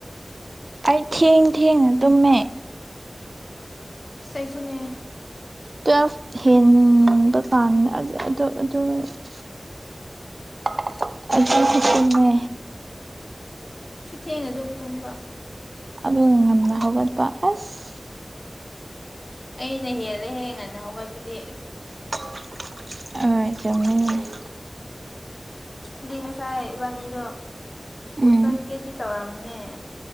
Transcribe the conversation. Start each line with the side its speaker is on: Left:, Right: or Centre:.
Right: ꯑꯩ ꯊꯦꯡ ꯊꯦꯡꯅ ꯇꯨꯝꯃꯦ
Left: ꯁꯩꯁꯨꯅꯦ
Right: ꯇ ꯍꯦꯟꯗ ꯇꯥꯟ ꯑꯗꯣ ꯑꯗꯨ <unintelligible> ꯑꯗꯨꯁꯨ ꯇꯨꯝꯃꯦ
Left: ꯁꯨꯊꯦꯡꯅ ꯑꯗꯨꯝ ꯇꯨꯝꯕ
Right: ꯑꯗꯨ ꯉꯟꯅ ꯍꯧꯒꯠꯄ ꯑꯁ
Left: ꯑꯩꯅ ꯍꯦꯜꯂꯦꯍꯦ ꯉꯟꯅ ꯍꯧꯒꯠꯄꯗꯤ
Right: <unintelligible>
Left: ꯑꯗꯨꯗꯤ ꯉꯁꯥꯏ ꯏꯕꯥꯅꯤꯗꯣ ꯁ꯭ꯀꯨꯜ
Right: ꯎꯝ
Left: ꯆꯠꯀꯦꯗꯤ ꯇꯧꯔꯝꯅꯦ